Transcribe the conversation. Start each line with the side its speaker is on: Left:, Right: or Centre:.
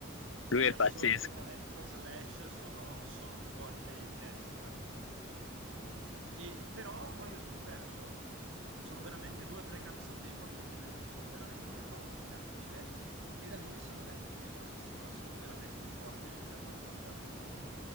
Right: cioè
Left: lui
Right: gli
Left: è
Right: assoli
Left: pazzesco.
Right: che fa dentro Slash sono, sono fuori di testa. E, però poi ho scoperto, sono veramente due o tre canzoni dei Motley Crue che sono veramente rock cattive e da lì mi sono detto, figaro, questi qua sono veramente forti, ho iniziato ad ascoltarli un po' di più.